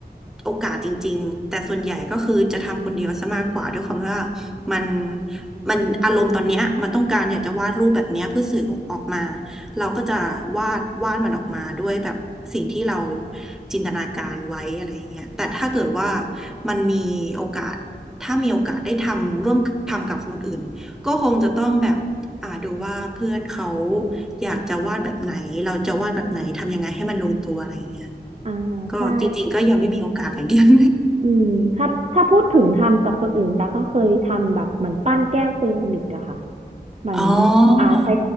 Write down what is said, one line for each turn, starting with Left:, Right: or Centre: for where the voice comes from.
Centre: โอกาสจริงๆแต่ส่วนใหญ่ก็คือจะทำคนเดียวซะมากกว่าด้วยความที่ว่ามันมันอารมณ์ตอนเนี้ยมันต้องการอยากจะวาดรูปแบบเนี้ยเพื่อสื่อออกมาเราก็จะวาดวาดมันออกมาด้วยแบบสิ่งที่เราจินตนาการไว้อะไรอย่างเงี้ยแต่ถ้าเกิดว่ามันมีโอกาสถ้ามีโอกาสได้ทำร่วมทำกับคนอื่น ก็คงจะต้องแบบอ่าดูว่าเพื่อนเขาอยากจะวาดแบบไหนเราจะวาดแบบไหนทำยังไงให้มันลงตัวอะไรเงี้ย
Right: อ่าใช่
Centre: ก็จริงๆก็ยังไม่มีโอกาสเหมือนกัน
Right: อืมถ้าถ้าพูดถึงทำกับคนอื่นตาก็เคยทำแบบเหมือนปั้นแก้วเซรามิกอะค่ะ
Centre: <laughs>
Right: เหมือน
Centre: อ๋อ
Right: อ่าใช้